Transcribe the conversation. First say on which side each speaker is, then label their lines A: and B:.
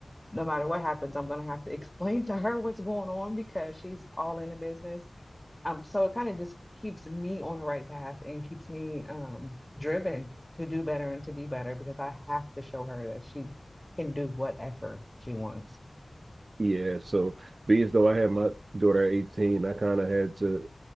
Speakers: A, in the centre; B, on the right (about 70°).
A: no matter what happens, I'm gonna have to <laughs> explain to her what's going on because she's all in the business. Um, so it kind of just keeps me on the right path and keeps me um, driven to do better and to be better because I have to show her that she can do whatever she wants.
B: Yeah. So being as though I had my daughter at 18, I kind of had to